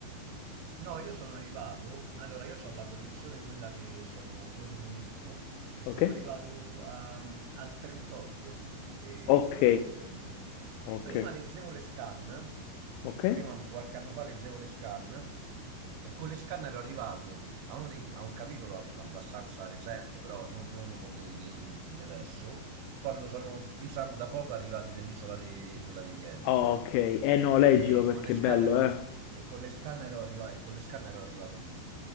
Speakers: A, on the right; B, on the left.
A: No, io sono arrivato. Allora, io ho la collezione quella che sono due volumi in uno e
B: Ok?
A: sono arrivato ehm, al 38 de-
B: Ok,
A: della collezione 2 in 1.
B: ok,
A: Prima leggevo le scan,
B: ok.
A: prima m- qualche anno fa leggevo le scan e con le scan ero arrivato a, uno dei- a un capitolo ab- abbastanza recente, però non, non uno dei- degli ultimi adesso, quando sono, diciamo, da poco arrivati nell'isola de- quella degli Elfi.
B: Oh, ok, eh no, leggilo
A: E
B: perché
A: con le
B: è
A: scanner,
B: bello,
A: ho-
B: eh.
A: e con le scanner ho arriva- e con le scanner ho arrivato lì.